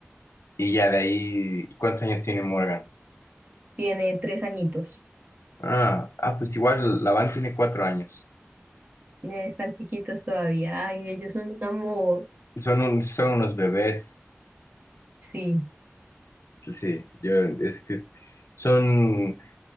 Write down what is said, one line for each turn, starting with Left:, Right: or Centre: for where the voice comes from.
Left: Y ya de ahí, ¿cuántos años tiene Morgan?
Right: Tiene tres añitos.
Left: Ah, ah, pues igual Lavan tiene cuatro años.
Right: Eh, Están chiquitos todavía. Ay, ellos son un amor.
Left: Son un- son unos bebés.
Right: Sí.
Left: Sí, yo es que son,